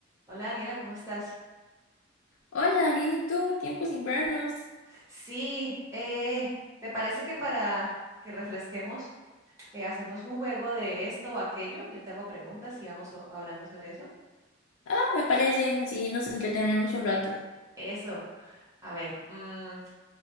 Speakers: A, on the right; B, on the left.
A: Hola Daniela, ¿cómo estás?
B: Hola, bien, ¿y tú? Tiempos invernos.
A: Sí, eh, ¿te parece que para que refresquemos, eh, hacemos un juego de esto o aquello? Yo te hago preguntas y vamos o- hablando sobre eso.
B: Ah, me parece, así nos entretenemos un rato.
A: Eso, a ver, mm,